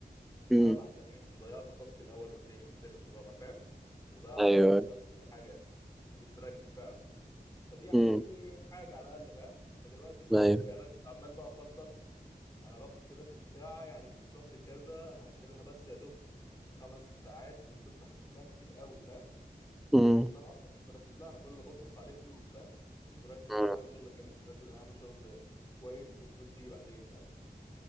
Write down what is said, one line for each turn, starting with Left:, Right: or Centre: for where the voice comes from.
Centre: مم.
Left: انا ما اهتمتش وضيعت التاسك الاول والتاني والتالت والرابع فاهم وضيعت
Centre: ايوه
Left: وقت وضيعت كل حاجة يعني مش مركز فعلا فدي علمتني
Centre: مم.
Left: حاجه على الاقل فاهم فدلوقتي الفلوس
Centre: ايوه
Left: يعني انا كنت عمال بقى اخطط انا باخد كده في الساعه يعني في الشهر كذا انا هديلها بس يا دوب خمس ساعات وفضلت احسب لها كتير قوي فاهم
Centre: مم.
Left: بس انا اصلا مش مركز لها انا كل اللي باصص عليه فلوس فاهم مش مركز
Centre: مم.
Left: ان انا اعمل شغل حلو مش مركز ان انا اعمل شغل كويس والفلوس تيجي بعدين فاهم